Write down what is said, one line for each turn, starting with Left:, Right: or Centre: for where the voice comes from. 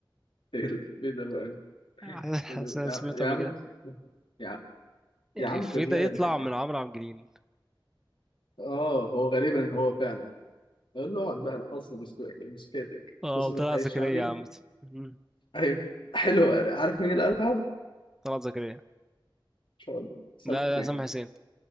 Left: إيه ال- إيه ده بقى
Centre: <laughs>
Left: إيه
Centre: حاسس
Left: ال-
Centre: أنا
Left: يا
Centre: سمعته
Left: يا
Centre: قبل
Left: عم
Centre: كده
Left: يا
Centre: الافيه
Left: يا عم فرجاني
Centre: ده يطلع من عمرو عبد الجليل
Left: آه هو غالبا هو فعلا قول له اقعد بقى رقص لي بسكوتك بسكوتك
Centre: اه
Left: قصة
Centre: وطلع
Left: الحي
Centre: زكريا
Left: الشعبي
Centre: يا عم مم.
Left: أيوه حلو عارف مين اللي قالها؟ إن
Centre: طلعت زكريا
Left: شاء الله سامح
Centre: لا
Left: حسين
Centre: لا سامح حسين